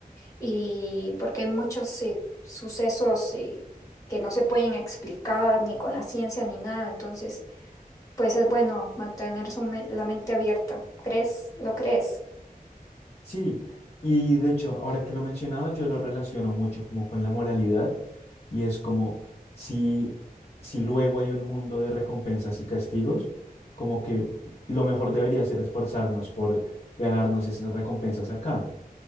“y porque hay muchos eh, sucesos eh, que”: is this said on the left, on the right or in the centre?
Left